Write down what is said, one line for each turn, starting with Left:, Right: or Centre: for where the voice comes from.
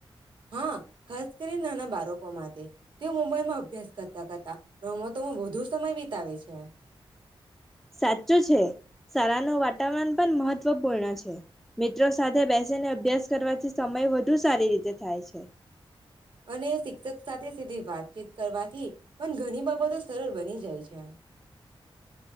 Right: હા ખાસ કરીને નાના બાળકો માટે તેઓ મુંબઈમાં અભ્યાસ કરતા કરતા, રમતોમાં વધુ સમય વિતાવે છે.
Centre: સાચું છે, શાળાનું વાતાવરણ પણ મહત્વપૂર્ણ છે. મિત્રો સાથે બેસીને અભ્યાસ કરવાથી સમય વધુ સારી રીતે થાય છે.
Right: અને શિક્ષક સાથે સીધી વાતચીત કરવાથી પણ ઘણી બાબતો સરળ બની જાય છે.